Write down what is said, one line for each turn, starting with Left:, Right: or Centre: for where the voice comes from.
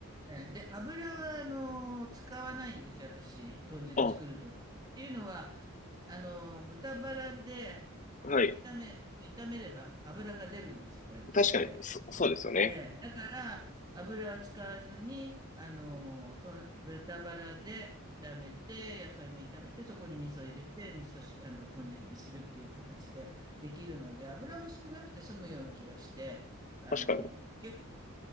Right: えーで、油は、あのー使わないんですよ、私、豚汁作るとき。
Left: あ、
Right: っていうのは、あのー豚バラで
Left: はい。
Right: 炒め、あの炒めれば油が出るのです、これ、そこで。
Left: 確かに、そ、そうですよね。
Right: ええ、だから、油は使わずに、あのーと、豚バラで炒めて、野菜も炒めて、そこに味噌入れて、味噌し、あの、豚汁にするっていう形でできるので、油も少なくて済むような気がして、あのー結構
Left: 確かに。